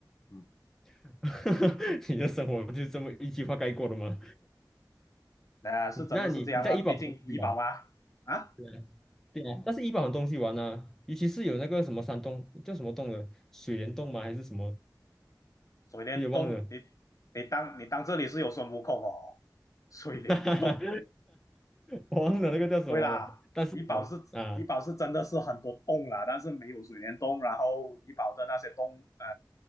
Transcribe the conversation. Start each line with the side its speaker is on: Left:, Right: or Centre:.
Left: 嗯。
Centre: <laughs> 你的生活就是这么一句话概括的吗？
Left: 呃，是真的是这样啊，
Centre: <laughs> 那你你在怡保出去玩？
Left: 毕竟医保嘛，啊，
Centre: 对啊，对啊，但是怡保很东西玩啊，尤其是有那个什么山洞叫什么洞的，水帘洞吗？还是什么？
Left: 水帘洞，
Centre: 有点忘了，
Left: 你你当你当这里是有孙悟空哦，水帘洞，
Centre: <laughs> 哈哈哈我忘了那个叫什么了。
Left: 对啦，
Centre: 但是我啊，
Left: 医保是医保是真的是很多洞啦，但是没有水帘洞，然后医保的那些洞，呃，